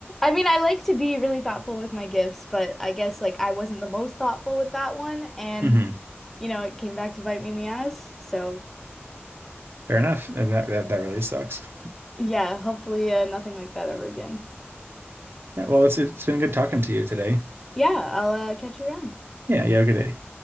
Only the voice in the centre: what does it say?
mean, I like to be really thoughtful with my gifts, but I guess like I wasn't the most thoughtful with that one and
you know, it came back to bite me in the ass. So
Yeah, hopefully uh, nothing like that ever again.
Yeah, I'll uh, catch you around.